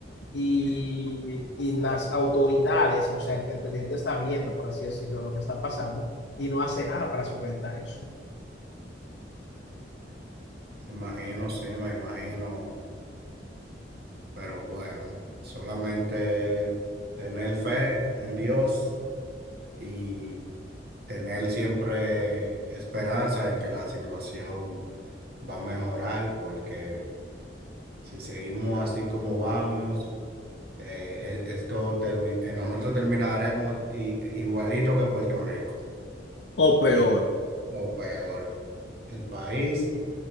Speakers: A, on the left; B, on the right.
A: y, y las autoridades, o sea, el, el presidente está viendo, por así decirlo, lo que está pasando y no hace nada para solventar eso.
B: Me imagino, sí, me imagino, pero bueno, solamente tener fe en Dios y tener siempre esperanza en que la situación va a mejorar, porque si seguimos así como vamos, Eh, e- esto termi- eh, nosotros terminaremos i- igualito que Puerto Rico,
A: O peor,
B: De- o peor, el país.